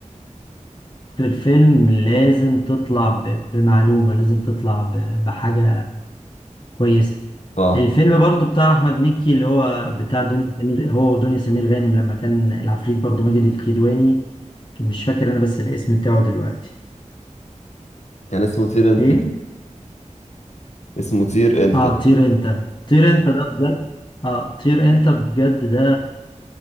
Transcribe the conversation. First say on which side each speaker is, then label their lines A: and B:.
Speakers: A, on the left; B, on the left.
A: الفيلم لازم تطلع ب- بمعلومه لازم تطلع ب- بحاجه كويس
B: اه
A: الفيلم برضو بتاع احمد مكي اللي هو بتاع دنيا سمير هو ودنيا سمير غانم لما كان العفريت برضو ماجد الكدواني كان مش فاكر انا بس الاسم بتاعه دلوقتي
B: كان اسمه طير انت
A: ايه
B: اسمه طير انت
A: اه طير انت طير انت ده بجد اه طير انت بجد ده